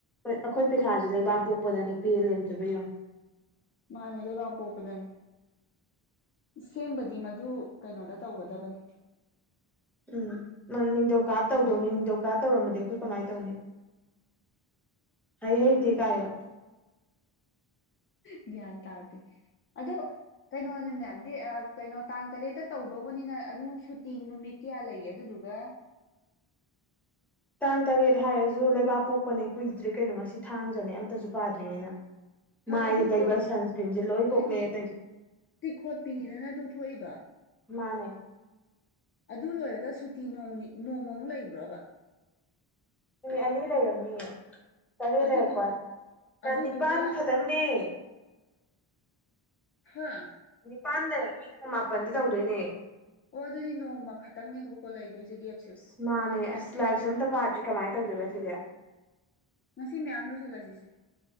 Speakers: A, in the centre; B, on the left.
A: ꯍꯣꯏ ꯑꯩꯈꯣꯏ ꯄꯩꯈꯥꯥꯖꯦ ꯂꯩꯕꯥꯛ ꯄꯣꯛꯄꯗꯅꯦ ꯄꯦꯜꯂꯦ ꯑꯝꯇꯣꯏꯕ ꯌꯦꯡꯉꯣ
B: ꯃꯥꯅꯦ ꯑꯗꯨꯒ ꯄꯣꯛꯄꯗꯅꯤ ꯏꯁꯦꯡꯕꯒꯤ ꯃꯗꯨ ꯀꯩꯅꯣꯗ ꯇꯧꯒꯗꯕꯅꯤ
A: ꯎꯝ ꯃꯥ ꯅꯤꯡꯗꯧ ꯀꯥꯕ ꯇꯧꯗꯧꯅꯤ ꯅꯤꯡꯗꯧꯀꯥ ꯇꯧꯔꯝꯃꯗꯤ ꯑꯩꯈꯣꯏ ꯀꯃꯥꯏ ꯇꯧꯅꯤ ꯍꯥꯏ ꯍꯩꯗꯤ ꯀꯥꯏꯌꯣ
B: ꯒꯌꯥꯟ ꯇꯥꯗꯦ ꯑꯗꯣ ꯀꯩꯅꯣꯅꯤꯅꯦ ꯗꯦ ꯑꯥ ꯀꯩꯅꯣ ꯇꯥꯡ ꯇꯔꯦꯠꯇ ꯇꯧꯗꯧꯕꯅꯤꯅ ꯑꯗꯨꯃꯨꯛ ꯁꯨꯇꯤ ꯅꯨꯃꯤꯠ ꯀꯌꯥ ꯂꯩꯒꯦ ꯑꯗꯨꯗꯨꯒ <inaudible>
A: ꯇꯥꯡ ꯇꯔꯦꯠ ꯍꯥꯏꯔꯖꯨ ꯂꯩꯕꯥꯛ ꯄꯣꯛꯄꯅꯦ ꯀꯨꯏꯗ꯭ꯔꯦ ꯀꯩꯅꯣ ꯉꯁꯤ ꯊꯥꯡꯖꯅꯦ ꯑꯝꯇꯁꯨ ꯄꯥꯗ꯭ꯔꯤꯉꯩꯩꯅ
B: ꯑꯗꯨꯗꯣ
A: ꯃꯥꯏꯗ ꯇꯩꯕ ꯁꯟꯁꯀ꯭ꯔꯤꯟꯖꯦ ꯂꯣꯏ
B: ꯍꯥꯏꯗꯤ
A: ꯀꯣꯛꯂꯛꯑꯦ ꯇꯧꯁꯦ
B: ꯇꯤꯛ ꯈꯣꯠꯄꯤꯅꯤꯗꯅ ꯑꯗꯨ ꯊꯣꯛꯏꯗꯣ
A: ꯃꯥꯅꯦ
B: ꯑꯗꯨ ꯂꯣꯏꯔꯒ ꯁꯨꯇꯤ ꯅꯣꯡꯅꯤ ꯅꯣꯡꯃꯃꯨ ꯂꯩꯕ꯭ꯔꯕ
A: ꯅꯨꯃꯤꯠ ꯑꯅꯤ ꯂꯩꯔꯝꯅꯤꯌꯦ ꯇꯔꯦꯠ
B: ꯑꯗꯨꯗꯨ
A: ꯂꯩꯔꯦꯀꯣ ꯇꯥꯡ
B: ꯑꯗꯨꯗꯨꯒ
A: ꯅꯤꯄꯥꯟ ꯈꯥꯛ ꯇꯟꯅꯦ
B: ꯍꯥꯥ
A: ꯅꯤꯄꯥꯟ ꯂꯩꯔꯅꯤꯗꯅ ꯃꯥꯄꯟꯗ ꯇꯧꯗꯣꯏꯅꯦ
B: ꯑꯣ ꯑꯗꯨꯗꯤ ꯅꯣꯡꯃ ꯈꯇꯪꯅꯦꯕꯕꯀꯣ ꯂꯩꯗꯣꯏꯁꯦ ꯒꯦꯞ
A: ꯑꯁ ꯃꯥꯅꯦ ꯑꯁ ꯂꯥꯏꯁꯨ ꯑꯝꯇ ꯄꯥꯗ꯭ꯔꯤ ꯀꯃꯥꯏꯅ ꯇꯧꯗꯣꯏꯕ ꯁꯤꯗꯤ
B: ꯉꯁꯤ ꯃꯌꯥꯝ ꯂꯣꯏꯁꯜꯂꯁꯤꯁꯦ